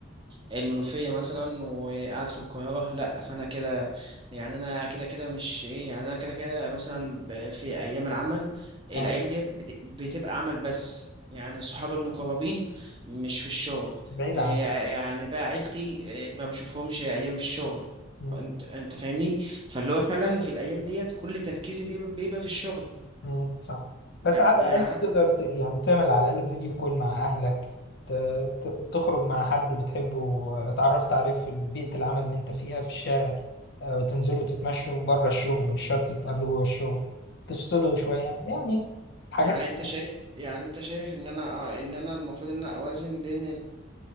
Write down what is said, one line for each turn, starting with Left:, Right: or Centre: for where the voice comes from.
Right: المنوفية مثلا وقاعد في القاهرة لأ فأنا كده يعني أنا كده كده مش إيه يعني أنا كده كده مثلا ب- في أيام العمل الأيام
Left: اه
Right: ديت بت- بتبقى عمل بس يعني صحابي المقربين مش في الشغل
Left: بعيد
Right: إيه
Left: عن
Right: يعني بقى عيلتي إيه، ما بشوفهمش أيام في الشغل
Left: مم،
Right: أنت أنت فاهمني فاللي هو فعلا في الأيام ديت كل تركيزي بيبقى, بيبقى في الشغل
Left: مم، صح بس
Right: يع-
Left: على
Right: يعني
Left: الاقل
Right: حتى
Left: تقدر ت- يعني تعمل على الاقل فيديو كول مع اهلك ت- ت- تخرج مع حد بتحبه اتعرفت عليه في بيئة العمل اللي انت فيها في الشارع آه، وتنزلوا تتمشوا بره الشغل مش شرط تقابله جوه الشغل تفصلوا شوية يعني حاجات
Right: يعني انت شايف يعني انت شايف ان انا اه ان انا المفروض ان انا اوازن بين